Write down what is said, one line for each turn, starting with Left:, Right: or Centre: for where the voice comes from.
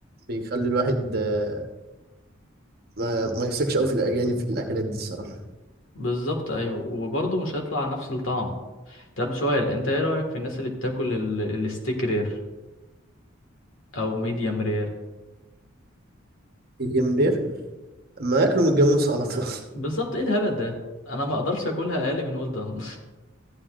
Right: بيخلي الواحد آه، ما ما يثقش قوي في الاجانب في الاكلات دي الصراحه
Left: بالظبط ايوه وبرضه مش هيطلع نفس الطعم طب سؤال انت ايه رأيك في الناس اللي بتاكل ال- الستيك رير او ميديم رير
Right: الجمبري ما ياكلوا من الجاموس على طول
Left: بالظبط ايه الهبل ده انا ما اقدرش اكلها اقل من ويل دان